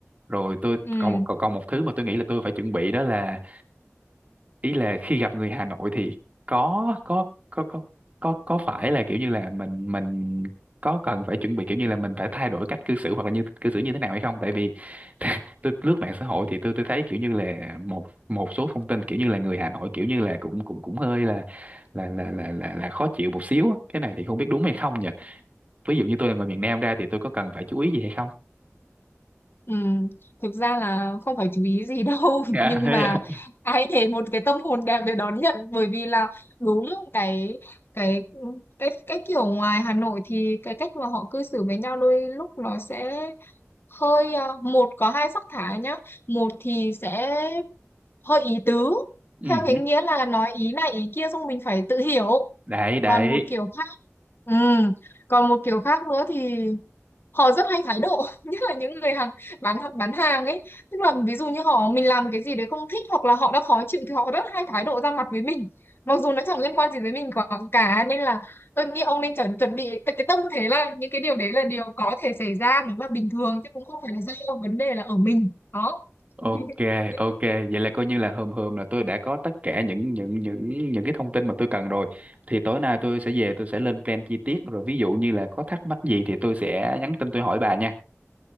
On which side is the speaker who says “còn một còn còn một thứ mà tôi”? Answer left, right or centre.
Right